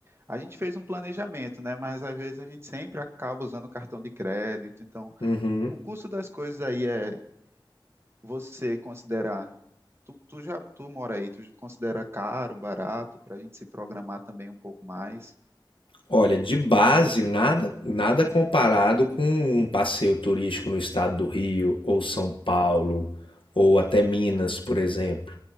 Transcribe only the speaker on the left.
Uhum.
Olha, de base, nada, nada comparado com um passeio turístico no estado do Rio, ou São Paulo, ou até Minas, por exemplo.